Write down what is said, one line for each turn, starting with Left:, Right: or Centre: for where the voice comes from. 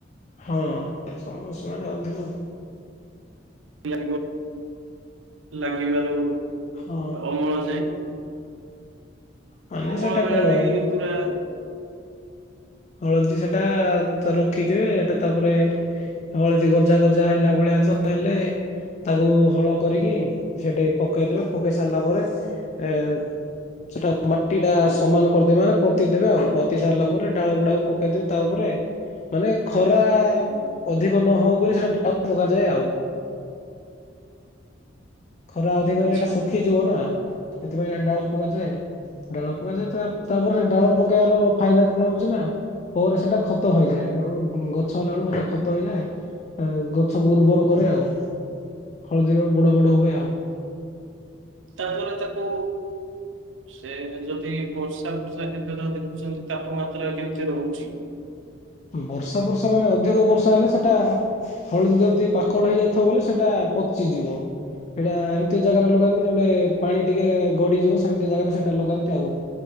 Left: ହଁ ସମୟ ସୀମା ରେ ଅଧିକା।
Right: ଲ ଲାଗିଲାରୁ
Left: ହଁ
Right: ଅମଳ ଯାଏ।
Left: ମାନେ
Right: ଅମଳ
Left: ସେଟା
Right: ବେଳେ
Left: କଣ
Right: ବି ପୁରା
Left: ହଳଦୀ ସେଟା ରଖିଥିବେ ହେଟା ତାପରେ ହଳଦୀ ଗ- ଗଜା ଗଜା ହେଲା ଭଳିଆ ତ ହେଲେ ତାକୁ ହଳ କରିକି ସେଠି ପକେଇଦେବେ ପକେଇ ସାରିଲା ପରେ ଏ ସେଟା ମାଟି ଟା ସମାନ କରିଦେବେ ମାନେ ପୋତିଦବେ ଆଉ ପୋତି ସାରିଲା ପରେ ଡାଳ ଗୁଡାକୁ ପକେଇଦବ ତା ଉପରେ ମାନେ ଖରା ଅଧିକ ନ ହଉ ବୋଲି ସେଟା ଡାଳ ପକାଯାଏ ଆଉ। ଖରା ଅଧିକ
Right: ଆଚ୍ଛା
Left: ହେଲେ ଏଟା ଶୁଖିଯିବ ନା। ସେଥିପାଇଁ ଡାଳ ପକାଯାଏ ଡାଳ ପକାଯାଏ ତାପରେ ଡାଳ ପକେଇବାର ଫାଇଦା କଣ ହଉଛି ନା ପରେ ସେଟା ଖତ ହେଇଯାଏ ଗଛ ହେଲା ବେଳକୁ ହେଟା ଖତ ହେଇଯାଏ। ଗଛକୁ ଉର୍ବର କରେ ଆଉ। ହଳଦୀଗା ବଡ ବଡ ହୁଏ ଆଉ।
Right: ତାପରେ ତାକୁ ସେ ଯଦି ବର୍ଷା ଫର୍ଷା ସେଦିନ ଦେଖୁଛନ୍ତି ତାପମାତ୍ରା କେମିତି ରହୁଚି।
Left: ବର୍ଷା ଫର୍ଷା ମାନେ ଅଧିକ ବର୍ଷା ହେଲେ ସେଟା ହଳଦୀ ଯଦି ପା କଳ ହେଇ ଯାଇଥିବ ବଲେ ସେଟା ପଚିଯିବ। ଏଇଟା ଏମିତି ଜାଗାରେ ଲଗାନ୍ତି ଯୋଉଟେ ପାଣି ଟିକେ ଗଡିଯିବ ସେମିତି ଜାଗାରେ ସେଟା ଲଗାନ୍ତି ଆଉ।